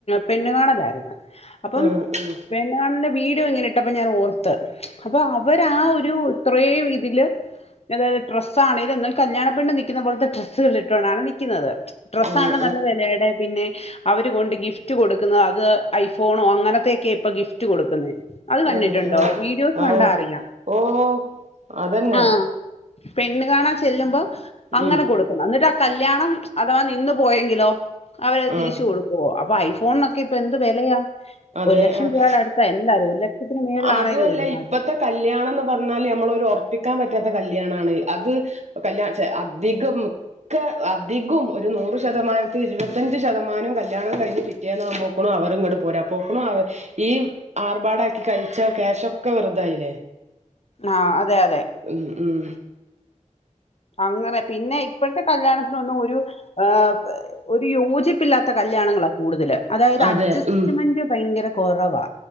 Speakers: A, on the left; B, on the right.
A: പെണ് കാണലായിരുന്നു അപ്പം
B: ഉം ഉം
A: പെണ്ണ് കാണാലിന്റെ വീഡിയോ ഇങ്ങനെട്ടപ്പോ ഞാൻ ഓർത്ത് അപ്പൊ അവരാ ഒരു ഇത്ര അത <unintelligible> ഡ ആണെങ്കും ഒും കല്യാണപെണ്ണു നൽിക്കുന്ന പോലത്തെ ഡ്രസ്സുകളൾ ഇട്ടുകാണ് നൽുന്നത് ഡ്രസ്
B: ആഹ്
A: ആണ നല്ല വിലയുടെ പിന്നെ അവര് കൊൊണ്ട് ഗിഫ്റ്റ് കൊടുക്കുന്നത് അത് ഐഫോണോ അങ്ങനത്തെയൊക്കെ ഇപ്പൊ ഗിഫ്റ്റ് കൊടുക്കുന്ന അത് കണ്ടിട്ടുണ്ടോ
B: ആഹ് ആഹ് ആഹ്
A: വീഡിയോസ്
B: ഓ
A: കണ്ടാ അറിയാം
B: ഓ അതന്നെ
A: ആഹ പെണ്ണ് കാണാൻ ചെല്ലുമ്പോ അങ്ങനെ
B: ഉം
A: കൊടുക്കും എന്നിട്ട് ആ കല്യാണം അഥവാ നിന്ന് പോയെങ്കിലോ അവര് തിരിച്ചു
B: ആഹ്
A: കൊടു ക്കോ. അപ്പൊ ഐഫോണൊക്കെ ഇപ്പൊ എന്ത് വിലയാ
B: അതെ
A: ഒരു ലക്ഷം
B: ആഹ്
A: രൂപായ്ടെ അടുത്ത എന്തായാലും ഒരു ലക്ഷത്തിന് മേൾളാണെലെ
B: അതുമല്ല
A: ഒള്ളു നാട്ട്ല്
B: ഇപ്പത്തെ കല്യാണംന്ന് പറഞ്ഞാല് നമ്മളൊരു ഒർപ്പിക്കാൻ പറ്റാത്ത കല്യാണാണ് അത് കല്ല ചെ അധികം ക്കെ അധികം ഒരു നൂറ് ശതമാനത്തിൽ ഇരുപത്തിഞ്ച് ശതമാനം കല്യാണം കഴിഞ്ഞ് പി റ്റേന്ന് ആവുമ്പോക്കുണു അവര് ഇങ്ങട് പോരാ പോക്ക്ണു അവ ഈ ആർബാടാക്കി കഴിച്ച ക്യാശൊക്കെ വെറുതായില്ലേ
A: ആഹ് അതെ അതെ
B: ഉം ഉം
A: അങ്ങനെ പിന്നെ ഇപ്പഴത്തെ കല്യാണത്തിനൊന്നും ഒരു ആ ഒരു യോജിപ്പില്ലാത്ത കല്യാണങ്ങളാ കൂടുതല് അതായത്
B: അതെ
A: അഡ്ജ്സ്റ്റ്മെന്റ്
B: ഉം
A: ഭയങ്കര കൊറവാ